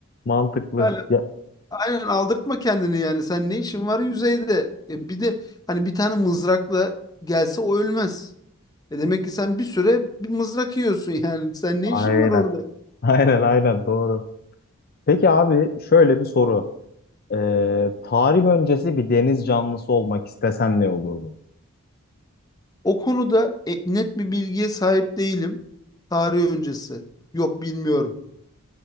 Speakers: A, on the left (about 45°); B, on the left (about 15°).
A: Mantıklı.
B: Hala,
A: Ya,
B: aynen aldırtma kendini yani. Sen ne işin var yüzeyde? E bir de hani bir tane mızrakla gelse o ölmez. E demek ki sen bir süre bir mızrak yiyorsun <laughs> yani. Sen ne
A: aynen.
B: işin var orada?
A: <laughs> Aynen aynen doğru. Peki abi şöyle bir soru. Ee, tarih öncesi bir deniz canlısı olmak istesen ne olurdun?
B: O konuda e, net bir bilgiye sahip değilim. Tarih öncesi. Yok bilmiyorum.